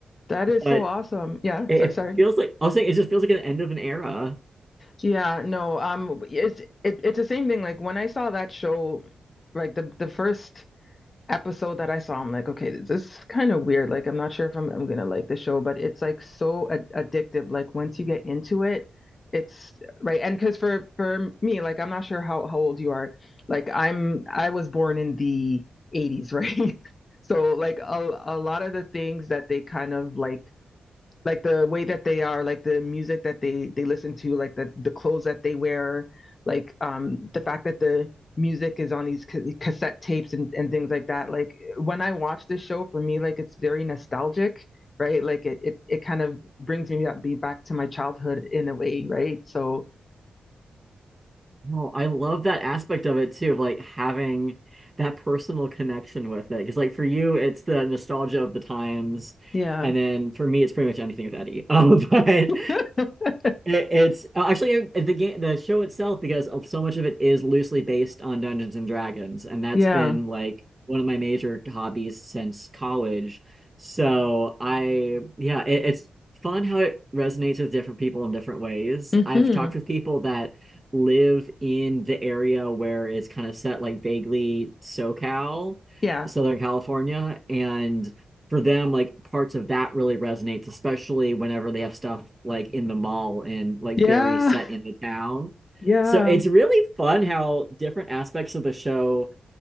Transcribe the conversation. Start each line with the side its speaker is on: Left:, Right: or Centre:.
Left: That is
Right: But
Left: so awesome. Yeah.
Right: it,
Left: Sorry.
Right: it
Left: Sorry.
Right: feels like I was saying it just feels like an end of an era.
Left: Yeah, no, um, it's it, it's the same thing. Like when I saw that show, like the the first episode that I saw, I'm like, okay, this is kind of weird. Like I'm not sure if I'm I'm gonna like the show, but it's like so ad addictive. Like once you get into it, it's right. And because for for me, like I'm not sure how how old you are. Like I'm I was born in the 80s, right? <laughs> So like a a lot of the things that they kind of like like the way that they are, like the music that they they listen to, like the the clothes that they wear, like um the fact that the music is on these ca- cassette tapes and and things like that. Like when I watch this show, for me, like it's very nostalgic, right? Like it it it kind of brings me up be back to my childhood in a way, right? So
Right: No, I love that aspect of it too, of like having that personal connection with it. Because like for you, it's the nostalgia of the times,
Left: yeah,
Right: and then for me, it's pretty much anything with Eddie. Um, <laughs> but
Left: <laughs>
Right: It, it's uh, actually uh, the game, the show itself, because of- so much of it is loosely based on Dungeons and Dragons, and that's
Left: yeah,
Right: been like one of my major hobbies since college. So I, yeah, it, it's fun how it resonates with different people in different ways.
Left: hmm
Right: I've talked with people that live in the area where it's kind of set, like vaguely SoCal,
Left: yeah,
Right: Southern California, and for them, like parts of that really resonates, especially whenever they have stuff like in the mall and like
Left: yeah,
Right: very set in the town.
Left: yeah.
Right: So it's really fun how different aspects of the show.